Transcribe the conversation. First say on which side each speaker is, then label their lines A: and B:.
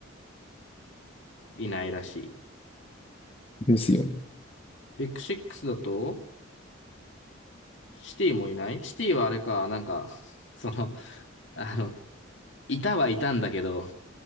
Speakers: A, on the left; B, on the left.
A: いないらしい。
B: ですよね。
A: ビッグシックスだと、シティもいないシティはあれか、なんか、その、あの、いたはいたんだけど、